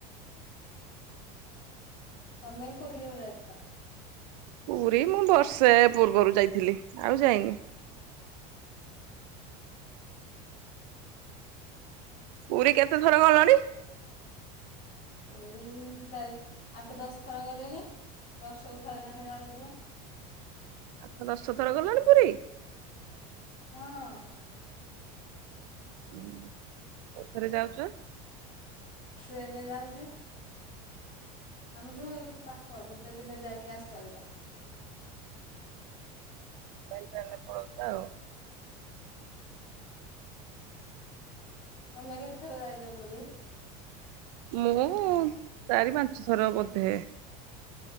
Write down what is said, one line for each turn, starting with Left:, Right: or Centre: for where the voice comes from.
Left: ତମେ ପୁରୀ କେବେ ଯାଇଥିଲ?
Right: ପୁରୀ ମୁଁ ବର୍ଷେ ପୂର୍ବରୁ ଯାଇଥିଲି ଆଉ ଯାଇନି। ପୁରୀ କେତେ ଥର ଗଲଣି?
Left: ପୁରୀ ଚାରି ଆଠ ଦଶ ଥର ଗଲିଣିି। ବର୍ଷକୁ ଥରେ ନାଖେ ଯାଉଚିମୁଁ।
Right: ଆଠ ଦଶ ଥର ଗଲଣି ପୁରୀ।
Left: ହଁ
Right: ହୁଁ କଉଥରେ ଯାଉଚ?
Left: ଟ୍ରେନ୍ ରେ ‌ଯାଉଚି। ଆମଠୁ ଏଠୁ ପାଖ ଗୋଟେ ଦିନେ ଯାଇକି ଆସିପାରିବ।
Right: ଏଟେ ତାହେଲେ ପଳଉଛି ଆଉ।
Left: ତମେ କେତେଥର ଯାଇଛ ପୁରୀ?
Right: ମୁଁ ଚାରି ପାଞ୍ଚ ଥର ବୋଧେ।